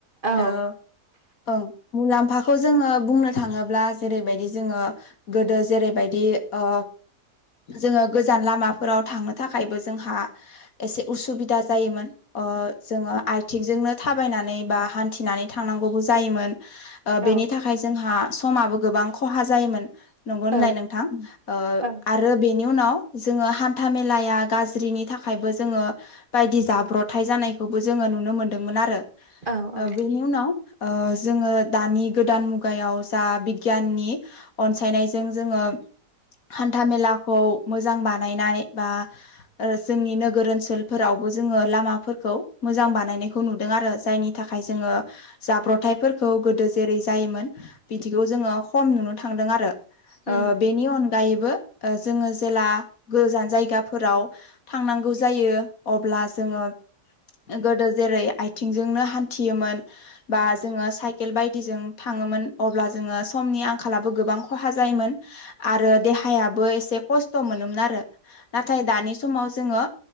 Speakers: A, on the right; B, on the left.
A: औ
B: ओ ओं मुलाम्फा खौ जोङो बुंनो थाङोब्ला जेरैबायदि जोङो गोदो जेरैबायदि ओ जोङो गोजान लामाफोराव थांनो थाखायबो जोंहा एसे उसुबिदा जायोमोन। ओ जोङो आथिंजोंनो थाबायनानै बा हान्थिनानै थांनांगौबो जायोमोन। ओ बेनि
A: औ
B: थाखाय जोंहा समाबो गोबां खहा जायोमोन। नंगौ होनलाय
A: औ
B: नोंथां? ओ
A: औ
B: आरो बेनि उनाव जोङो हान्था मेलाया गाज्रिनि थाखायबो जोङो बायदि जाब्रथ थाय जानायखौबो जोङो नुनो मोनदोंमोन आरो।
A: औ औ
B: ओ बेनि उनाव ओ जोङो दानि गोदान मुगायाव जा बिगियाननि अनसायनायजों जोङो हान न्था मेलाखौ मोजां बानायनाय बा ओ जोंनि नोगोर ओनसोलफोरावबो जोङो लामाफोरखौ मोजां बानायनायखौ नुदों आरो जायनि थाखाय जोङो जाब्रथाइफोरखौ गोदो जेरै जायोमोन बिदिखौ जोंङो खम नुनो थांदों आरो
A: उम
B: बेनि ओ अनगायैबो जोंङो जेला गोजान जायगाफोराव थांनांगौ जायो अब्ला जोंङो गोदो जेरै आथिंजोंनो हान्थियोमोन बा जोंङो साइ साइकेल बादिजों थांङोमोन अब्ला समनि गोबां आंखाल जायोमोन आरो देहाया बो एसे खस्थ' मोनोमोन आरो नाथाय दानि समाव जोंङो